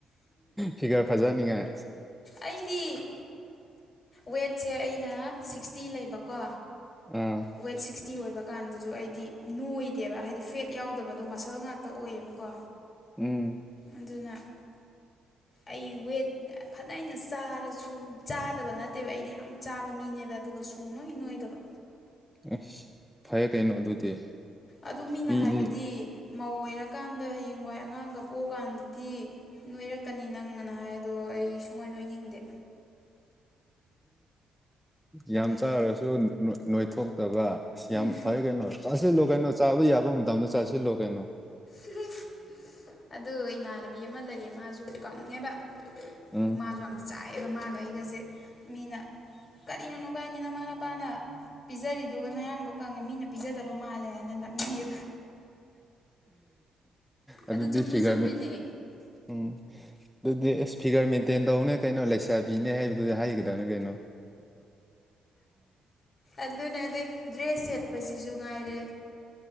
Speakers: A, in the centre; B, on the left.
A: ꯐꯤꯒꯔ ꯐꯖꯅꯤꯡꯉꯥꯏ
B: ꯑꯩꯗꯤ ꯋꯦꯠꯁꯦ ꯑꯩꯅ ꯁꯤꯛꯁꯇꯤ ꯂꯩꯕꯀꯣ
A: ꯑꯥ
B: ꯋꯦꯠ ꯁꯤꯁꯇꯤ ꯇꯤ ꯑꯣꯏꯕ ꯀꯥꯟꯗꯁꯨ ꯑꯩꯗꯤ ꯅꯣꯏꯗꯦꯕ ꯍꯥꯏꯗꯤ ꯐꯦꯠ ꯌꯥꯎꯗꯕꯗꯣ ꯃꯁꯜ ꯉꯥꯛꯇ ꯇ ꯑꯣꯏꯌꯦꯕꯀꯣ
A: ꯎꯝ
B: ꯑꯗꯨꯅ ꯑꯩ ꯋꯦꯠ ꯐꯅꯩꯅ ꯆꯥꯔꯁꯨ ꯆꯥꯗꯕ ꯅꯠꯇꯦꯕ ꯑꯩꯗꯤ ꯌꯥꯝ ꯆꯥꯕ ꯃꯤꯅꯦꯕ ꯑꯗꯨꯒ ꯀ ꯁꯨꯡ ꯅꯣꯏ ꯅꯣꯏꯗꯕ
A: ꯑꯁ ꯐꯩꯌꯦ ꯀꯩꯅꯣ ꯑꯗꯨꯗꯤ
B: ꯑꯗꯨ ꯃꯤꯅ
A: ꯃꯤꯗꯤ
B: ꯍꯥꯏꯕꯗꯤ ꯃꯧ ꯑꯣꯏꯔꯀꯥꯟꯗ ꯍꯌꯦꯡꯋꯥꯏ ꯑꯉꯥꯡꯒ ꯄꯣꯛꯑꯀꯥꯟꯗꯗꯤ ꯅꯣꯏꯔꯛꯀꯅꯤ ꯅꯪꯒ ꯑꯅ ꯍꯥꯏ ꯑꯗꯣ ꯍꯣꯏ ꯑꯩ ꯁꯨꯡꯅꯣꯏ ꯅꯣꯏꯅꯤꯡꯗꯦ
A: ꯌꯥꯝ
B: ꯑꯩ
A: ꯆꯥꯔꯁꯨ ꯅꯣꯏꯊꯣꯛ ꯑꯗꯨꯒ ꯑꯁ ꯌꯥꯝ
B: ꯎꯝ
A: ꯐꯔꯦ ꯀꯩꯅꯣ ꯆꯥꯁꯤꯜꯂꯣ ꯀꯩꯅꯣ ꯆꯥꯕ ꯌꯥꯕ ꯃꯇꯝꯗ ꯆꯥꯁꯤꯜꯂꯣ ꯀꯩꯅꯣ
B: ꯎꯝ ꯑꯗꯨ ꯏꯃꯥꯟꯅꯕꯤ ꯑꯃ ꯂꯩꯌꯦ ꯃꯥꯁꯨ ꯀꯪꯉꯦꯕ
A: ꯎꯝ
B: ꯑꯗꯨ ꯃꯥꯁꯨ ꯌꯥꯝ ꯆꯥꯏ ꯑꯦꯗꯣ ꯃꯥꯒ ꯑꯩꯒꯁꯦ ꯃꯤꯅ ꯀꯔꯤꯅꯣ ꯅꯣꯕꯥꯅꯤ ꯅꯃꯥ ꯅꯄꯥꯅ ꯄꯤꯖꯔꯤꯗꯨꯒ ꯅꯌꯥꯡꯗꯣ ꯀꯪꯉꯦ ꯃꯤꯅ ꯄꯤꯖꯗꯕ ꯃꯥꯜꯂꯦ ꯍꯥꯏꯅ ꯂꯅꯩ
A: ꯑꯗꯨꯗ
B: ꯑꯗꯨ ꯆꯨꯝꯁꯨ
A: ꯐꯤꯒꯔ
B: ꯆꯨꯝꯃꯤꯅꯦ
A: ꯃ ꯎꯝ ꯑꯗꯨꯗꯤ ꯑꯦꯁ ꯐꯤꯒꯔ ꯃꯦꯟꯇꯦꯟ ꯇꯧꯅꯦ ꯀꯩꯅꯣ ꯂꯩꯁꯥꯕꯤꯅꯦ ꯍꯥꯏꯕꯗꯨꯗꯤ ꯍꯥꯏꯒꯗꯕꯅꯤ ꯀꯩꯅꯣ
B: ꯑꯗꯨꯅ ꯑꯗꯨ ꯗ꯭ꯔꯦꯁ ꯁꯦꯠꯄ ꯁꯨ ꯉꯥꯏꯔꯦ